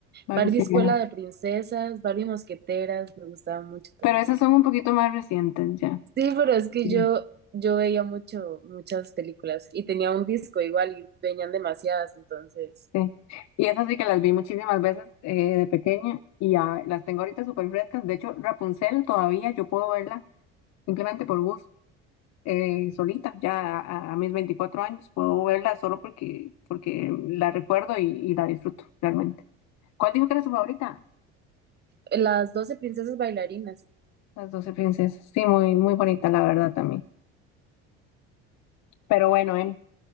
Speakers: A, on the left; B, on the right.
A: Barbie
B: Barbie
A: sí,
B: Escuela
A: ya no.
B: de Princesas, Barbie Mosqueteras, me gustaba mucho también.
A: Pero esas son un poquito más recientes ya.
B: Sí, pero es que
A: Sí.
B: yo, yo veía mucho, muchas películas y tenía un disco igual y venían demasiadas, entonces.
A: Sí, y esas sí que las vi muchísimas veces eh, de pequeña y ya las tengo ahorita súper frescas. De hecho, Rapunzel todavía yo puedo verla simplemente por gusto, eh, solita, ya a, a mis 24 años. Puedo verla solo porque, porque la recuerdo y, y la disfruto realmente. ¿Cuál dijo que era su favorita?
B: Las doce princesas bailarinas.
A: Las 12 princesas. Sí, muy, muy bonita, la verdad también. Pero bueno, Eli,